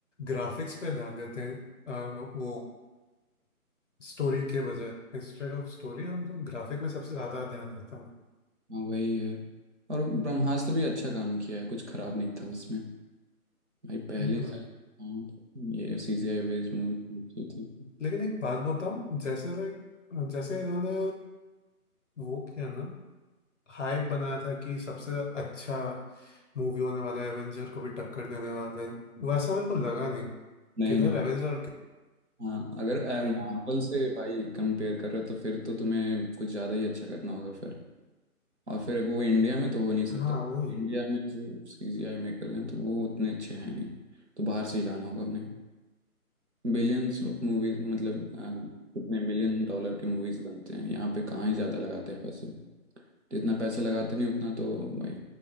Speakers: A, on the left; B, on the right.
A: ग्राफिक्स पे ध्यान देते हैं अ, वो स्टोरी के बजाय इंस्टेड ऑफ स्टोरी हम लोग ग्राफिक में सबसे ज़्यादा ध्यान देते हैं
B: हाँ वही है और ब्रह्मास्त्र भी अच्छा काम किया है कुछ खराब नहीं था उसमें भाई पहली
A: हम्म
B: हाँ ये सीजीआई बेस्ड मूवी अच्छी थी
A: लेकिन एक बात बताऊं जैसे लाइक जैसे इन्होंने वो किया ना हाइप बनाया था कि सबसे अच्छा मूवी होने वाला है एवेंजर को भी टक्कर देने वाला है वैसा मेरे को लगा नहीं
B: नहीं
A: किधर
B: नहीं
A: एवेंजर और
B: हाँ अगर
A: किधर ये
B: मार्वल से भाई कंपेयर कर रहे हो तो फिर तो तुम्हें कुछ ज़्यादा ही अच्छा करना होगा फिर और फिर वो इंडिया में तो हो नहीं सकता
A: हाँ वही
B: इंडिया में जो सीजीआई मेकर हैं तो वो उतने अच्छे हैं नहीं तो बाहर से ही लाना होगा उन्हें बिलियंस ऑफ मूवीज मतलब अ, कितने मिलियन डॉलर के मूवीज बनते हैं यहाँ पे कहाँ ही ज़्यादा लगाते हैं पैसे जितना पैसे लगाते नहीं उतना तो भाई